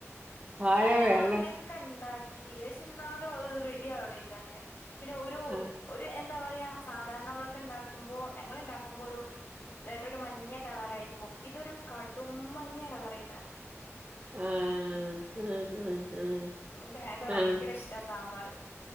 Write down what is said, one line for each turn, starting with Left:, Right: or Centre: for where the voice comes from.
Right: കായവേ
Left: ച്ച്ന്നാലും ഞങ്ങളങ്ങനെക്കെണ്ടാക്കി
Right: അല്ലേ
Left: എഷേ എന്നാലുത് റെഡി ആവണില്ല അങ്ങനെ പിന്നെ ഒരു
Right: ആഹ്
Left: ഒരു എന്താ പറയാ സാധാരണമ്മളൊക്കെണ്ടാക്കുമ്പോ ഞങ്ങള്ണ്ടാക്കുമ്പോ ഒരു വേറൊരു മഞ്ഞ കളറായിര്ക്കും ഇതൊരു കടും മഞ്ഞ കളറേ ക
Right: ആഹ്.... ആഹ് അഹ് അഹ്
Left: എനിക്കങ്ങനത്തെ ഭയങ്കര
Right: അഹ്
Left: ഇഷ്ടാ സാമ്പാറ്